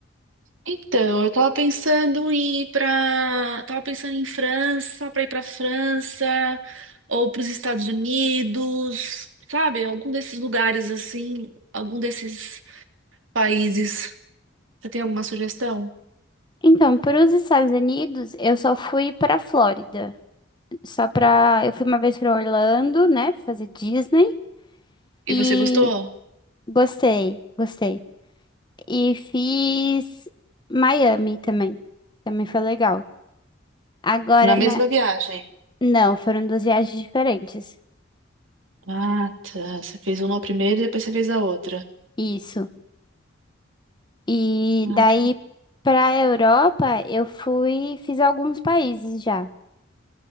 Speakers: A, on the right; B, on the left.
A: Então, eu tava pensando em ir pra. Tava pensando em França, pra ir pra França ou pros Estados Unidos, sabe? Algum desses lugares assim, algum desses países. Você tem alguma sugestão?
B: Então, para os Estados Unidos, eu só fui para Flórida. Só para, eu fui uma vez para Orlando, né, fazer Disney
A: E
B: e
A: você gostou?
B: gostei, gostei. E fiz Miami também. Também foi legal. Agora,
A: Na mesma
B: na...
A: viagem.
B: não, foram duas viagens diferentes.
A: Ah, tá. Você fez uma primeiro e depois você fez a outra.
B: Isso. E
A: Ah,
B: daí
A: que bom.
B: pra Europa eu fui, fiz alguns países já.